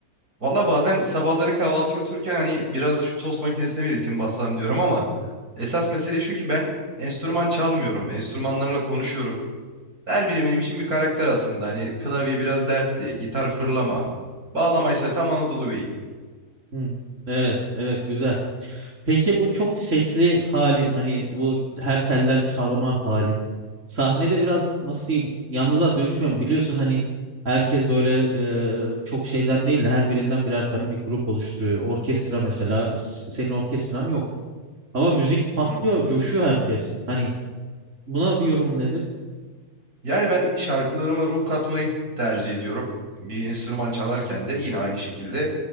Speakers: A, on the right; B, on the right.
A: Valla bazen sabahları kahvaltıya otururken hani biraz da şu tost makinesine bir ritim bassam diyorum ama esas mesele şu ki ben enstrüman çalmıyorum. Enstrümanlarla konuşuyorum. Her biri benim için bir karakter aslında. Hani klavye biraz dertli, gitar fırlama, bağlama ise tam Anadolu Beyi.
B: Hmm, Evet, evet güzel. Peki bu çok sesli halin hani bu her telden çalma halin sahnede biraz nasıl diyeyim yalnızlığa dönüşmüyor mu? Biliyorsun hani herkes böyle e, çok şeyden değil de her birinden birer tane bir grup oluşturuyor. Orkestra mesela s- senin orkestran yok ama müzik patlıyor,
A: Hı hı.
B: coşuyor herkes. Hani buna bir yorumun nedir?
A: Yani ben şarkılarıma ruh katmayı tercih ediyorum. Bir enstrüman çalarken de yine aynı şekilde